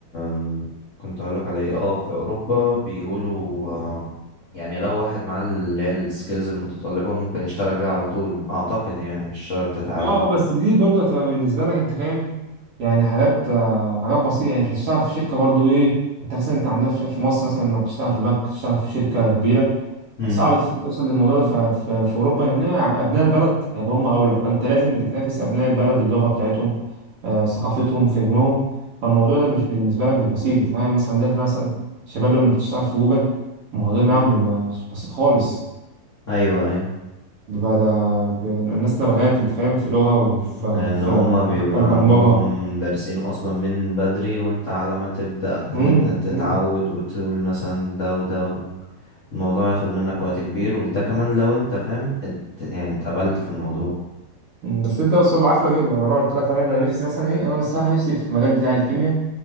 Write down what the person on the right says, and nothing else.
اه آه، بس دي برضه هتبقى بالنسبه لك انت فاهم يعني حاجات آه، حاجات بسيطه يعني مش هتشتغل في شركه برضه ايه انت مثلا انت عندنا في في مصر مثلا لما بتشتغل في بنك تشتغل في شركه كبيره
صعب توصل للموضوع ده ف- ف- في اوروبا لان هيبقى ابناء البلد هيبقى هم اولى فانت لازم بتنافس ابناء البلد اللغه بتاعتهم آه، ثقافتهم فهمهم فالموضوع ده مش بالنسبه لك مش بسيط انت فاهم مثلا عندنا احنا مثلا الشباب لما بتشتغل في جوجل الموضوع معاهم
بيبقى بسيط خالص
بقى ده بين- الناس لغاية انت فاهم في لغة وفي
في
اكواد برمجة
امم
امم
أمم. بس انت وصل العافية بقى لو انا قلت لك رأيي انا نفسي مثلا ايه انا الصراحة نفسي في المجال بتاع الكيمياء